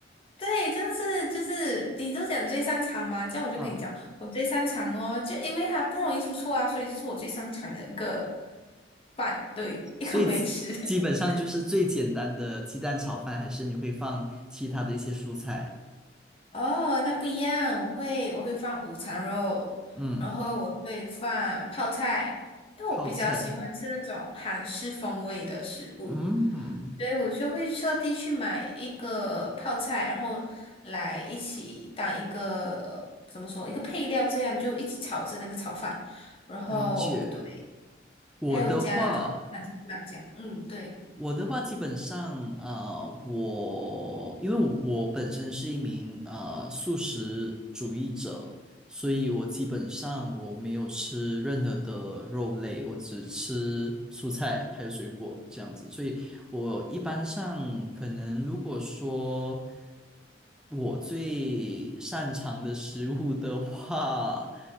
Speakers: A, on the left; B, in the centre.
A: 对，就是就是，你都讲最擅长嘛，这样我就跟你讲，
B: 啊，
A: 我最擅长哦，就因为它不容易出错啊，所以就是我最擅长的一个饭，对，一个美食。
B: 所以基基本上就是最简单的鸡蛋炒饭，
A: <laughs>
B: 还是你会放其他的一些蔬菜？
A: 哦，那不一样，我会我会放午餐肉，
B: 嗯，
A: 然后我会放泡菜，因为我比较喜欢吃那种韩式风味的食物，
B: 泡菜，嗯，
A: 所以我就会特地去买一个泡菜，然后来一起当一个，呃怎么说，一个配料，这样就一起炒着那个炒饭，然后对，
B: 了解。我的话。
A: 还有加那种韩式辣酱，嗯，对，
B: 我的话，基本上，啊，我因为我本身是一名呃素食主义者，所以我基本上我没有吃任何的肉类，我只吃蔬菜还有水果这样子。所以我一般上可能如果说我最擅长的食物的话，